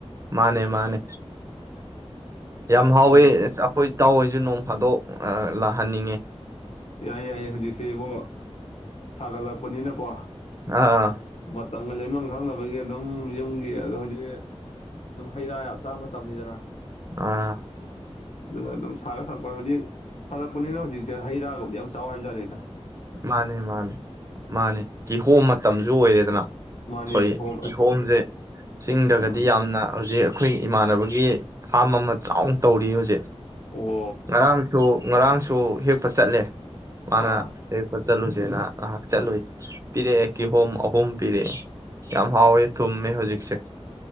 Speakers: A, on the right; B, on the left.
A: ꯃꯥꯅꯦ ꯃꯥꯅꯦ ꯌꯥꯝ ꯍꯥꯎꯋꯦ
B: ꯑꯗꯨꯝ
A: ꯑꯩꯈꯣꯏ ꯇꯥꯎꯍꯩꯁꯨ ꯅꯣꯡ ꯐꯥꯗꯣꯛ ꯂꯥꯛꯍꯟꯅꯤꯡꯉꯤ
B: ꯌꯥꯏ ꯌꯥꯏꯌꯦ ꯍꯧꯖꯤꯛꯁꯦꯕꯣ ꯁꯥꯒꯠꯂꯛꯄꯅꯤꯅꯀꯣ
A: ꯑꯥ
B: ꯃꯇꯝꯒ ꯂꯦꯟꯕꯝ ꯈꯪꯅꯕꯒꯤ ꯑꯗꯨꯝ ꯌꯨꯝꯒꯤ ꯑꯗꯣ ꯍꯧꯖꯤꯛ ꯑꯗꯨꯝ ꯍꯩ ꯔꯥ ꯌꯥꯝ ꯆꯥꯕ ꯃꯇꯝꯅꯤꯗꯅ
A: ꯑꯥ
B: ꯑꯗꯨꯅ ꯑꯗꯨꯝ ꯁꯥꯔ ꯊꯛꯄꯗꯗꯤ ꯐꯔꯛꯄꯅꯤꯅꯥ ꯍꯧꯖꯤꯛꯁꯦ ꯍꯩ ꯔꯥ ꯌꯥꯝ ꯆꯥꯎ ꯍꯥꯏꯕꯖꯥꯅꯤꯗ
A: ꯃꯥꯅꯦ ꯃꯥꯅꯦ ꯃꯥꯅꯦ ꯀꯤꯍꯣꯝ ꯃꯇꯝꯁꯨ ꯑꯣꯏꯔꯦꯗꯅ ꯑꯩꯈꯣꯏ
B: ꯃꯥꯅꯦ ꯀꯤꯍꯣꯝ
A: ꯀꯤꯍꯣꯝꯁꯦ
B: ꯑꯁ
A: ꯆꯤꯡꯗꯒꯗꯤ
B: ꯎꯝ
A: ꯌꯥꯝꯅ ꯍꯧꯖꯤꯛ ꯑꯩꯈꯣꯏ ꯏꯃꯥꯟꯅꯕꯒꯤ ꯐꯥꯔꯝ ꯑꯃ ꯆꯥꯎꯅ ꯇꯧꯔꯤ ꯍꯧꯖꯤꯛ
B: ꯑꯣ
A: ꯉꯔꯥꯡꯁꯨ ꯉꯔꯥꯡꯁꯨ ꯍꯦꯛꯄ ꯆꯠꯂꯦ ꯃꯥꯅ
B: ꯑꯥ
A: ꯆꯠꯂꯨꯁꯦꯅ ꯉꯥꯍꯥꯛ ꯆꯠꯂꯨꯏ ꯄꯤꯔꯛꯑꯦ ꯀꯤꯍꯣꯝ ꯑꯍꯨꯝ ꯄꯤꯔꯛꯑꯦ ꯌꯥꯝ ꯍꯥꯎꯋꯦ ꯊꯨꯨꯝꯃꯦ ꯍꯧꯖꯤꯛ <unintelligible>